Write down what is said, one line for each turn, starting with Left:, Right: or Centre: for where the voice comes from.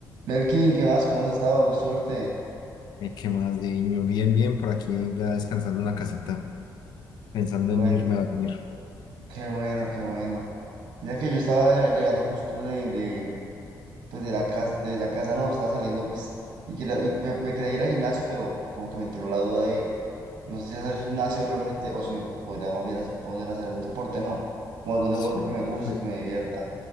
Right: Melkin, ¿qué más? ¿Cómo has estado? Con Suerte.
Left: Eh, ¿Qué más de niño? Bien, bien, por aquí ya descansando en la casita, pensando
Right: Qué bueno,
Left: en irme a dormir.
Right: qué bueno, qué bueno. Mira que yo estaba llegando justo de, de, pues de la casa, de la casa no, estaba saliendo pues y, quería- y me, me quería ir al gimnasio, pero como que me entró la duda de no sé si hacer gimnasio realmente o si me podría más bien hacer- poner a hacer algún deporte, no, o algún deporte
Left: Sí.
Right: que me guste,
Left: Eh,
Right: que me divierta.